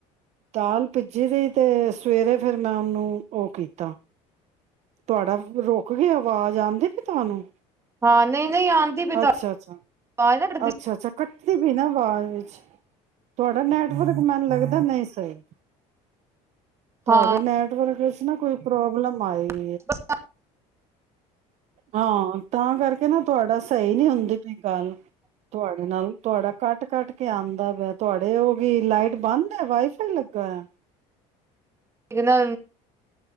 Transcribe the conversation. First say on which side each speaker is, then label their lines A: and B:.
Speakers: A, on the right; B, on the right.
A: ਦਾਲ ਭਿੱਜੀ ਰਹੀ ਤੇ ਸਵੇਰੇ ਫਿਰ ਮੈਂ ਉਹਨੂੰ ਉਹ ਕੀਤਾ ਤੁਹਾਡਾ ਰੁਕ ਗ ਆਵਾਜ਼ ਆਉਂਦੀ ਪ ਤੁਹਾਨੂੰ
B: ਹਾਂ ਨਹੀਂ ਨਹੀਂ ਆਂਦੀ ਵੀ ਤਾਂ
A: ਅੱਛਾ ਅੱਛਾ
B: ਆਵਾਜ਼ ਨਾ ਕਟਦੀ
A: ਅੱਛਾ ਅੱਛਾ ਕੱਟਦੀ ਪਈ ਨਾ ਆਵਾਜ਼ ਵਿੱਚ ਤੁਹਾਡਾ ਨੈਟਵਰਕ ਮੈਨ ਲੱਗਦਾ ਨਹੀਂ ਸਹੀ ਤੁਹਾਡਾ
B: ਹਾਂ
A: ਨੈਟਵਰਕ ਕੁਛ ਨਾ ਕੋਈ ਪ੍ਰੋਬਲਮ ਆਏਗੀ
B: ਬ
A: ਹਾਂ ਤਾਂ ਕਰਕੇ ਕਹਿੰ ਤੁਹਾਡਾ ਸਹੀ ਨਹੀਂੀ ਹੁੰਦੀ ਗੱਲ ਤੁਹਾਡੇ ਨਾਲ ਤੁਹਾਡਾ ਕੱਟ ਕੱਟ ਕੇ ਆਉਂਦਾ ਪਿਆ ਤੁਹਾਡੇ ਉਹ ਗ ਲਾਈਟ ਬੰਦ ਹੈ ਵਾਈ ਫਾਈ ਲੱਗਾ ਆ
B: ਇੱਕ ਨਾ